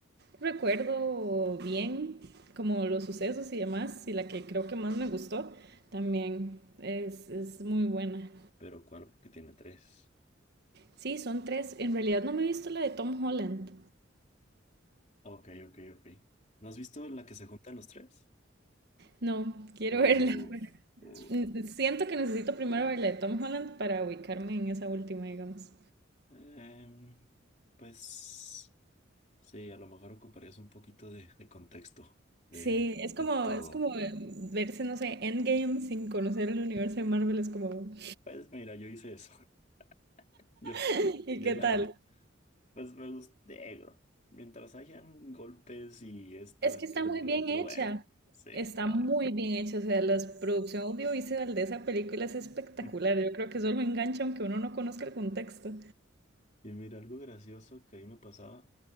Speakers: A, on the right; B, on the left.
A: recuerdo bien, como los sucesos y demás, y la que creo que más me gustó también. Es, es muy buena.
B: Pero ¿cuál? Porque tiene tres.
A: Sí, son tres. En realidad no me he visto la de Tom Holland.
B: Ok, ok, ok. ¿No has visto la que se juntan los tres?
A: No, quiero
B: Uf,
A: verla. <laughs>
B: uf.
A: Mm, Siento que necesito primero ver la de Tom Holland para ubicarme en esa última, digamos.
B: Em, pues sí, a lo mejor ocuparías un poquito de, de contexto de,
A: Sí, es como,
B: de todo.
A: es como eh, verse, no sé, Endgame sin conocer el universo de Marvel, es como,
B: Pues mira, yo hice eso. <laughs> Yo,
A: <laughs> ¿y
B: yo
A: qué
B: la
A: tal?
B: verdad, pues me gusté. Digo, Mientras hayan golpes y esto,
A: Es
B: aquello
A: que está muy
B: y lo
A: bien
B: otro,
A: hecha,
B: bueno, sí,
A: está
B: claro.
A: muy bien hecha, o sea, la producción audiovisual de esa película es espectacular,
B: <laughs>
A: yo creo que solo engancha aunque uno no conozca el contexto.
B: Y mira, algo gracioso que ahí me pasaba